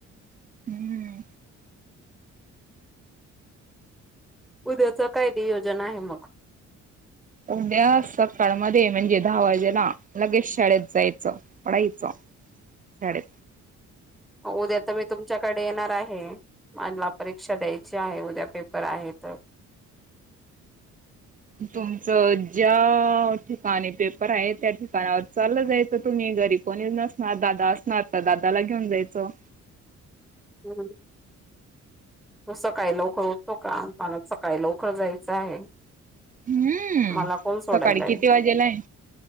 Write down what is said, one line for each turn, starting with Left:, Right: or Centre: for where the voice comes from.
Right: हम्म
Centre: उद्याच काय निेयोजन आहे मग
Right: उद्या सकाळमध्ये म्हणजे दहा वाजेला लगेच शाळेत जायचं पढा इच डे
Centre: उद्या तर मी तुमच्याकडे येणार आहे. मला परीक्षा द्यायची आहे. उद्या पेपर आहे तर <inaudible>
Right: तुमचं ज्या ठिकाणी पेपर आहे त्या ठिकाणावर चालत जायचं. तुम्ही घरी कोण येऊ नसणार दादा असणार तर दादाला घेऊन जायचं.
Centre: हम्. तू सकाळी लवकर उठतो का? मला सकाळी लवकर जायचं आहे.
Right: हम्म.
Centre: मला कोण सोडायला
Right: सकाळी
Centre: आहे
Right: किती वाजेला आहे?